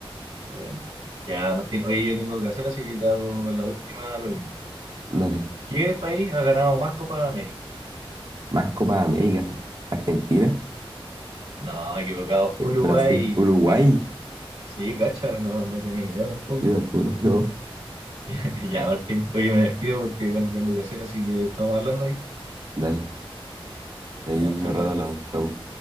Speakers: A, on the right (about 90°); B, on the right (about 45°).
A: bueno. Ya, Martín, oye, yo tengo que hacer, así que te hago la última pregunta.
B: Dale.
A: ¿Qué país ha ganado más Copa de América?
B: Más Copa América. Argentina.
A: No, equivocado. Uruguay.
B: Brasil. Uruguay.
A: Sí, cacha, no, no tenía idea tampoco.
B: Yo tampoco, <laughs> no.
A: <laughs> Ya, Martín, oye, me despido porque, bueno, tengo que hacer, así que estamos hablando ahí.
B: Dale. Ahí
A: Ya,
B: más
A: chao, chao.
B: rato hablamos. Chau.